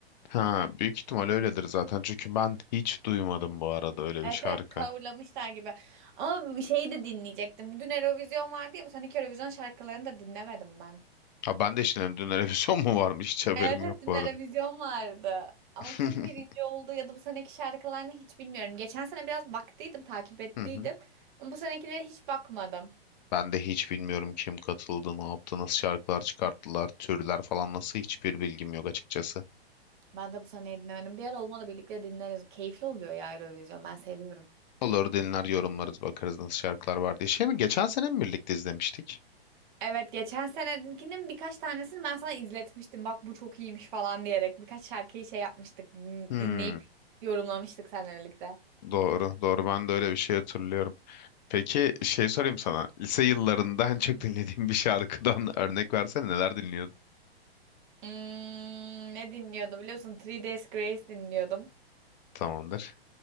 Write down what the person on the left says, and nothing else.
Ha, büyük ihtimal öyledir zaten. Çünkü ben hiç duymadım bu arada öyle
bir şarkı.
Ha ben de şimdi dün televizyon <laughs> mu varmış hiç haberim
yok
bu arada.
<laughs>
Hı hı.
Ben de hiç bilmiyorum kim katıldı, ne yaptı, nasıl şarkılar çıkarttılar, türler falan nasıl hiçbir bilgim yok açıkçası.
Olur dinler yorumlarız bakarız nasıl şarkılar var diye. Şey mi geçen sene mi birlikte izlemiştik?
Hmm.
Doğru, doğru. Ben de öyle bir şey hatırlıyorum. Peki şey sorayım sana. Lise yıllarında en çok dinlediğin bir şarkıdan <laughs> örnek versene neler dinliyordun?
Tamamdır.